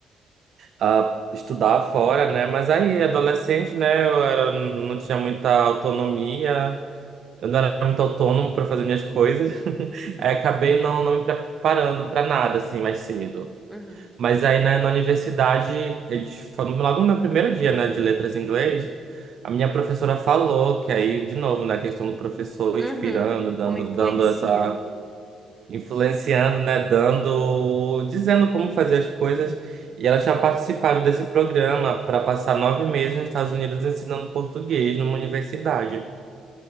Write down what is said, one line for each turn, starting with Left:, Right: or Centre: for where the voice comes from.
Right: ah, estudar fora, né? Mas aí, adolescente, né, eu era, não tinha muita autonomia, eu não era muito autônomo para fazer minhas coisas, <laughs> aí acabei não, não me preparando para nada, assim, mais cedo.
Centre: Uhum.
Right: Mas aí né, na universidade, eles falam logo no meu primeiro dia, né, de letras em inglês, a minha professora falou que aí, de novo, na questão do professor inspirando,
Centre: Uhum.
Right: dando,
Centre: Como influencia.
Right: dando essa, influenciando, né, dando, dizendo como fazer as coisas. E ela tinha participado desse programa para passar nove meses nos Estados Unidos ensinando português numa universidade.